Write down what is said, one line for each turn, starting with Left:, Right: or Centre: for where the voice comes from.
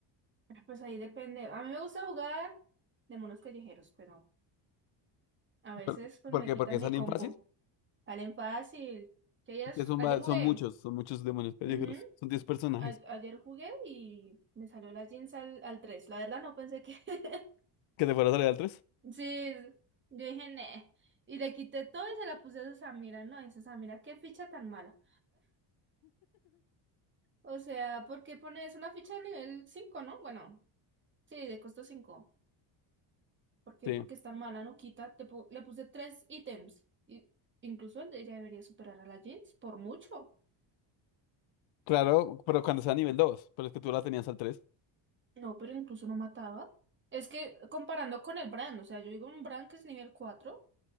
Right: Ah, Pues ahí depende, a mí me gusta jugar de monos callejeros, pero a veces
Left: Pero-
Right: pues
Left: ¿Por
Right: me
Left: qué?
Right: quitan
Left: ¿Porque salen
Right: mi compo,
Left: fácil?
Right: salen fácil, que ayer,
Left: Porque son,
Right: ayer
Left: va-
Right: jugué,
Left: son muchos, son muchos demonios callejeros.
Right: ujú,
Left: Son 10 personajes.
Right: a- ayer jugué y me salió la jeans al, al tres la verdad no pensé que... <laughs>
Left: ¿Que te fuera a salir al 3?
Right: Sí, yo dije, "Nee". Y le quité todo y se la puse a Samira, ¿no? Y dice, Samira, qué ficha tan mala. O sea, ¿por qué pones una ficha de nivel cinco no? Bueno, sí, de costo cinco ¿Por qué?
Left: Sí.
Right: Porque es tan mala, no quita. Te pu- le puse tres ítems. Y incluso el de ella debería superar a la Jinx, por mucho.
Left: Claro, pero cuando sea nivel 2. Pero es que tú la tenías al tres.
Right: No, pero incluso no mataba. Es que comparando con el Bran, o sea, yo digo un Bran que es nivel 4